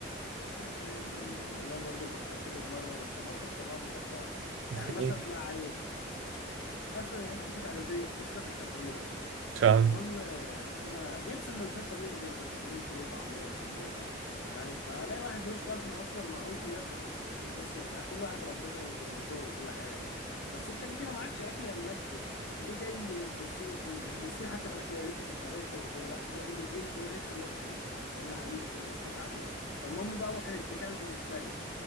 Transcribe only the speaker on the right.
<laughs>
مم.
مش عارف